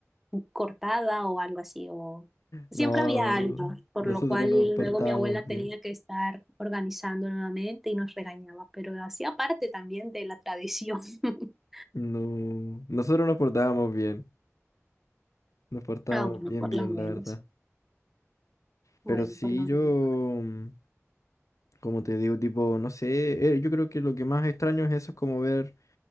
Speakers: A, in the centre; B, on the left.
A: cortada o algo así, o siempre
B: no,
A: había algo, por
B: nosotros
A: lo cual
B: nos portábamos
A: luego mi abuela
B: bien.
A: tenía que estar organizando nuevamente y nos regañaba, pero hacía parte también de la tradición, <laughs>
B: No, nosotros nos portábamos bien, nos portábamos
A: a uno
B: bien,
A: por
B: bien,
A: lo menos.
B: la verdad.
A: Bueno,
B: Pero sí,
A: por lo menos,
B: yo, mm, como te digo, tipo, no sé, eh, yo creo que lo que más extraño es eso, es como ver